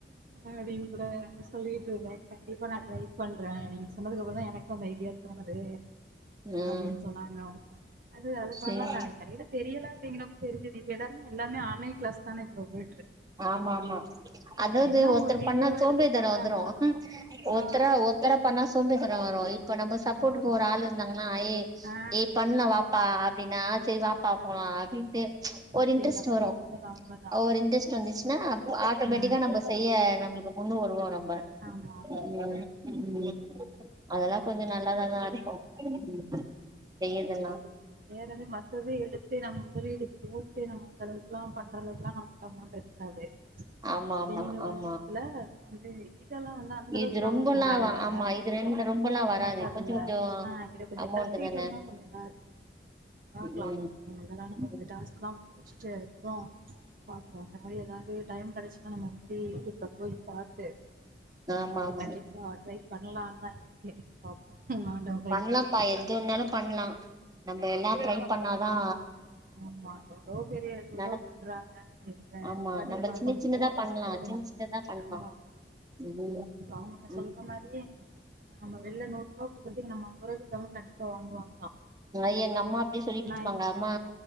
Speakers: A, on the right; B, on the right.
A: அப்டீன் கூட சொல்லிட்ருந்தே கண்டிப்பா நா ட்ரை பண்றே நீங்க சொன்னதுக்கப்பறொதா எனக்கு அந்த ஐடியா தோணுது
B: ம்
A: அப்டீன் சொன்னாங்க அவுங்க அது அது
B: சேரி
A: பண்லாந்தானே கைல தெரியல அப்டிங்கிறப்ப தெரி்ஞ்சது இப்ப எல்லாருமே எல்லாமே ஆன்லைன் கிளாஸ் தானே போகு
B: ஆமா ஆமா அதாது
A: எல்லா
B: ஒருத்தர்
A: ஒரு வீடியோவா
B: பண்ணா சோம்பேறி
A: எடுத்து
B: தனோ
A: போட்டாங்கன்னா
B: வந்துரு
A: ஆ
B: ஒருத்தர ஒருத்தரா பண்ணா சோம்பேதனொ வரு ஐ இப்பொ நம்ம சப்போட்டுக்கு
A: ஆமா ஆமா
B: ஒரு ஆள் இருந்தாங்கனா ஏ
A: ஆ
B: ஏய் பண்லா வாப்பா அப்டினா செரி வாப்பா
A: அது
B: போலா அப்டின்ட்டு ஒரு
A: அப்டிங்கிற
B: இன்ட்ரெஸ்ட்
A: மாரி
B: வரு
A: உண்மதா உண்மதா
B: ஒரு இன்ட்ரெஸ்ட் வந்துச்சுனா ஆட்டோமேட்டிக்கா
A: ம்
B: நம்ம செய்ய நம்ளுக்கு ஒன்னு வருவானம் பட்
A: ஆமா ஆமா
B: ம்
A: ஆமா
B: ம் அதெல்லா கொஞ்சோ நல்லதாதா இருக்கு செய்யதுன்னா
A: வேறது மத்தது எடுத்து நம் முதலீடு போட்டு நம்ம அந்த அளவுக்ல்லா பண்றளவுக்லா நம்மட்ட அமௌண்ட் இருக்காது
B: ஆமா
A: அப்டிங்கற
B: ஆமா
A: விஷ்த்துல
B: ஆமா
A: இது ஈத் இதெல்லா வந்து அந்த அளவுக்லா
B: இது ரொம்பல்லா
A: உங்ளுக்கு வராதுல்ல
B: வ ஆமா இது ரெண்டு ரொம்பல்லா வராது
A: ஆகாதுல்ல
B: கொஞ்சோ கொஞ்சோ
A: ஆ இத கொஞ்சொ
B: அமௌண்ட்
A: கத்துக்கிட்டு
B: தான
A: வந்தா கொஞ்சொ இதாருக்கு பாக்கலா
B: ம்
A: இதெல்லா நம்ம
B: ம்
A: வந்து டாஸ்க்லா முடிச்சிட்டுஇருக்கோ பாக்கலா அந்த மாரி எதாது டைம் கிடச்சின்னா நம்ம அது மாரி யூடியூப்ல போய் பாத்து
B: ஆமா ஆமா
A: கண்டிப்பா ட்ரை பண்ணலான் தா இருக்கே பாப்பொ ஆண்டவ கைகுடுக்கட்டு
B: பண்லாம்ப்பா எது வேணாலு பண்லா நம்ம எல்லா ட்ரை பண்ணா ஆ
A: ஆமா எவ்ளோ பேரு ஏதெதோ
B: நட
A: பண்றாங்க
B: ஆமா
A: பண்ணி
B: நம்ம
A: பாக்கணு
B: சின்ன சின்னதா
A: ட்ரை பண்ணி
B: பண்லா
A: பாக்கணு
B: சின்ன சின்னதா பண்லா
A: ஆமாம்மா
B: ம்
A: ஆமா
B: ம்
A: சொல்ற மாரியே ஆமா வெள்ல நூறுபா குடுக்கறதுக்கு நம்ம அம்பதுருபாய்க்கு குடுத்தாலு கண்டிப்பா வாங்குவாங்
B: மை எங்கம்மா அப்டி சொல்லிட்ருப்பாங்க
A: இது
B: அம்மா